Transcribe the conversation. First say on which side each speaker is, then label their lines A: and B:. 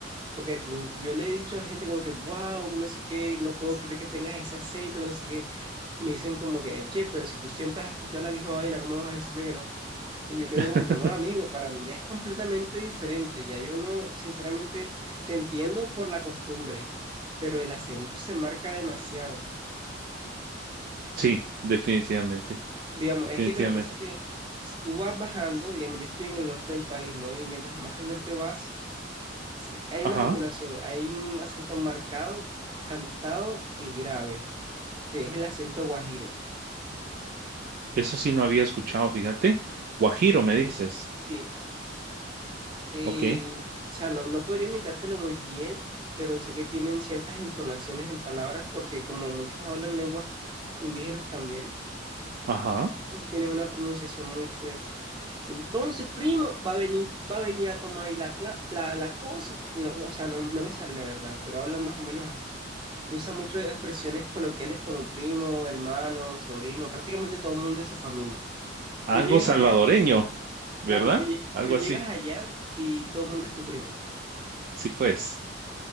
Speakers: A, on the right (about 25°); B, on the right (about 50°).
A: Porque aquí yo le he dicho a gente como que, wow, no sé qué, no puedo creer que tengas ese acento, que no sé qué. Me dicen como que, che, pero si tú siempre has escuchado la misma vaina, ¿cómo vas a decirme que no? Y yo quedo
B: <laughs>
A: como que no, amigo, para mí ya es completamente diferente. Ya yo no, sinceramente, te entiendo por la costumbre, pero el acento se marca demasiado.
B: Sí, definitivamente,
A: Digamos,
B: definitivamente.
A: es que lo que pasa es que si tú vas bajando, digamos, yo estoy en el norte del país, ¿no? Y mientras más al norte vas, Sí, Hay
B: Ajá,
A: una combinación, hay un acento marcado, cantado y grave, que es el acento guajiro.
B: eso sí no había escuchado, fíjate. Guajiro, me dices.
A: Sí, eh,
B: Ok,
A: o sea, no, no podría imitártelo muy bien, pero sé que tienen ciertas entonaciones en palabras, porque como muchos hablan lenguas indígenas también,
B: ajá.
A: entonces tienen una pronunciación muy diferente. Entonces, prima, va a venir, va a venir a tomar ahí la, cla- la, la cosa. No, no, o sea, no, no me sale la verdad, pero hablan más o menos así. Y usa mucho expresiones coloquiales como primo, hermano, sobrino, prácticamente todo el mundo es su familia.
B: Algo
A: Tú llegas
B: salvadoreño,
A: allá,
B: ¿verdad?
A: claro, tú, lle-
B: Algo
A: tú llegas
B: así.
A: allá y todo el mundo es tu primo.
B: Sí, pues.